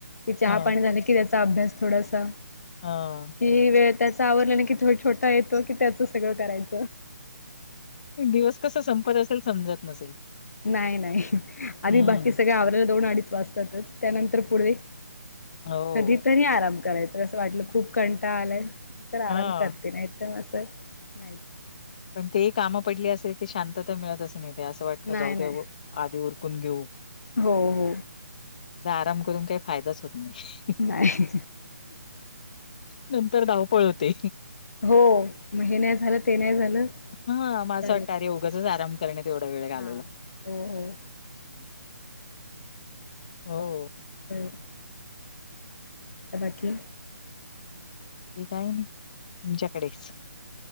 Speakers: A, on the left; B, on the left.
A: कि चहा
B: हं
A: पाणी झालं की त्याचा अभ्यास थोडासा
B: हा.
A: की वेळ त्याच आवरडल नाही की थो छोटा येतो की त्याच सगळ करायचं.
B: दिवस कस संपत असेल समजत नसेल.
A: नाही, नाही आणि
B: हं.
A: बाकी सगळे आवरायला दोन, अडीच वाजतातच त्यानंतर पुढे
B: हो.
A: कधीतरी आराम करायचं कसं वाटलं खूप कंटा आलाय तर आराम
B: हां.
A: कर ते नाही तर असच नाहीच.
B: पण ते ही काम पडली असेल की शांतता मिळतच नाही ते असं वाटत
A: नाही
B: जाऊ
A: नाही
B: दे आधी उरकून घेऊ.
A: हो हो.
B: आराम करून काही फायदाच होत नाही.
A: नाही.
B: नंतर धावपळ होते.
A: हो म हे नाही झाल, ते नाही झालं
B: हा म असं
A: चालेल
B: वाटतरे उगचच आराम करण्यात तेवढा वेळ घालवला
A: हा हो हो
B: हो
A: हम् <inaudible> बाकी?
B: ते काय नाही. तुमच्या कडेच.